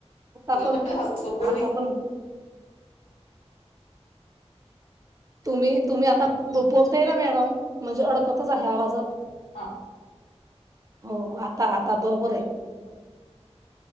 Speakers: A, on the right; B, on the left.
A: आता
B: मला
A: पण,
B: हसतो कोण
A: आता पण तुम्ही तुम्ही आता ब बोलताय ना मॅडम, म्हणजे अडकतच आहे आवाजात.
B: हां.
A: हो आता आता बरोबर आहे.